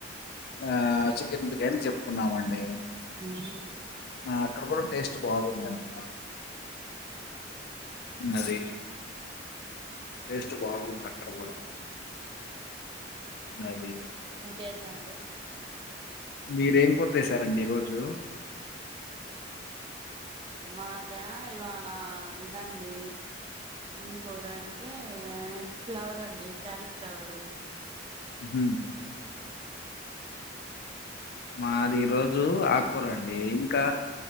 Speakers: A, on the left (about 55°); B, on the right (about 30°).
A: ఆ చికెన్ బిర్యానీ చెప్పుకున్నామండి
B: ఉమ్
A: ఆ అక్కడ కూడా టేస్ట్ బాగుందండి అది టేస్ట్ బాగుంది అక్కడ కూడా అవి
B: మీకేందండి
A: మీరేం కురచేసారండి ఈ రోజు
B: మాదా ఇవాళ ఇదండి ఎం కూర అంటే ఫ్లవర్ అండి క్యాలి ఫ్లవర్
A: మ్ మాది ఈ రోజు ఆకు కూరండి ఇంకా